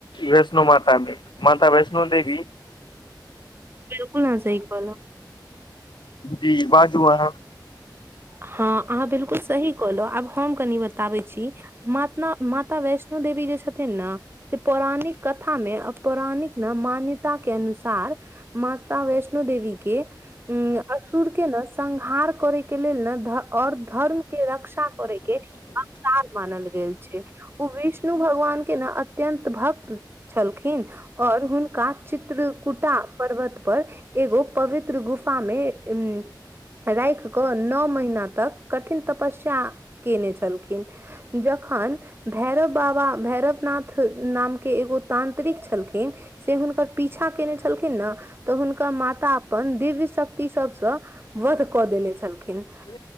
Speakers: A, on the left; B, on the right.
A: वैष्णो माता मे, माता वैष्णो देवी
B: बिल्कुल अहाँ सही कहलहुँ
A: जी बाजु कहां।
B: हँ अहाँ त बिलकुल सही कहलहुँ, आब हम कनी बताबै छी। मात माता वैष्णो देवी जे छथिन न से पौराणिक कथा मे आ पौराणिक मान्यता के अनुसार माता वैष्णो देवी के असुर के नरसंहार करय के लेल न भ और धर्म के रक्षा करै के अवतार मानल गेल छै ओ विश् विष्णु भगवान के न अत्यन्त भक्त छलखिन और हुनका चित्र कूटा पर्वत पर। एगो पवित्र गुफा में उ राखि। ओ नऽ महीना तक कठिन तपस्या केने छलखिन, जखन। भैरव बाबा, भैरव नाथ नामके एगो तान्त्रिक छलखिन। से हुनकर पीछा केने छलखिन ना तऽ हुनकर माता अपन दिव्य शक्ति सभसँ। वध कऽ देने छलखिन।
A: ओ।